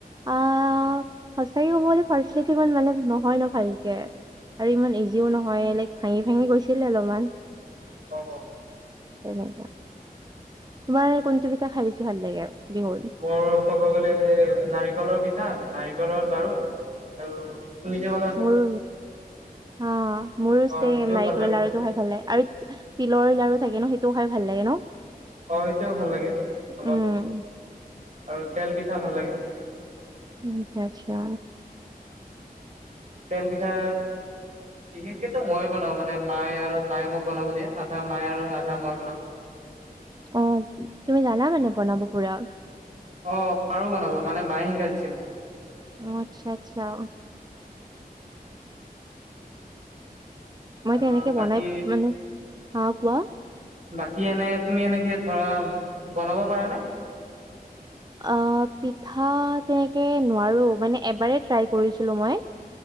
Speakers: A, on the right (about 25°); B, on the right (about 50°).
A: আহ সঁচাকে হবলৈ ফাৰ্ষ্ট <unintelligible> মানে নহয় ন ভালকে। আৰু ইমান ইজিও নহয় লাইক ভাঙি-ভাঙি গৈছিলে অলপমান।
B: অ।
A: তেনেকা তোমাৰ কোনটো পিঠা খাই বেছি ভাল লাগে বিহুত?
B: মোৰ ক'ব গ'লে নাৰিকলৰ পিঠা নাৰিকলৰ লাৰু আৰু তু নিজে
A: মোৰো অ মোৰো
B: অ
A: চেম
B: সেইটোও
A: নাৰিকলৰ
B: ভাল লাগে
A: লাৰুটো খাই ভাল লাগে আৰু তিলৰ লাৰু থাকে ন সেইটোও খাই ভাল লাগে ন?
B: অ সেইটোও ভাল লাগে অলপ
A: উম।
B: আৰু তেল পিঠা ভাল লাগে।
A: আচ্ছা-আচ্ছা।
B: তেল পিঠা বিশেষকেতো মই বনাওঁ মানে মায়ে আৰু মায়ে মোক বনাব দিয়ে আধা মায়ে আৰু আধা মই বনাওঁ।
A: অ, তুমি জানা মানে বনাব পুৰা।
B: অ, পাৰো বনাব মানে মায়ে শিকাই দিছিল মোক।
A: অ, আচ্ছা-আচ্ছা। মই
B: আহ
A: তেনেকে বনাই
B: বাকী
A: মানে, হা কোৱা?
B: বাকী এনে তুমি এনেকে ধৰা বনাব পাৰানে?
A: অ, পিঠা তেনেকে নোৱাৰো মানে এবাৰে ট্ৰাই কৰিছিলো মই।